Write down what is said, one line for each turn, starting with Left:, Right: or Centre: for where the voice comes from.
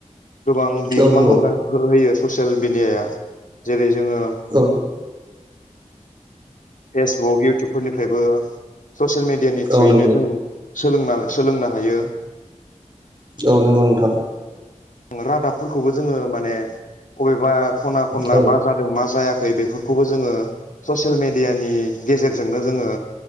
Left: गोबां बिहोमा
Right: औ नंगौ
Left: होगा हो होयो ससियेल मिडियाया जेरै जोङो
Right: औ
Left: फेसबुक इउटुबफोरनिफ्रायबो ससियेल मेडियानि
Right: औ
Left: थ्रुयैनो
Right: नंगौ
Left: जों सोलोंना सोलोंनो हायो
Right: औ नंगौ नोंथां
Left: रादाबफोरखौबो जोङो माने अबेबा खना खनला
Right: औ
Left: मा जादों मा जायाखै बेफोरखौबो जोङो ससियेल मेडियानि गेजेरजोंनो जोङो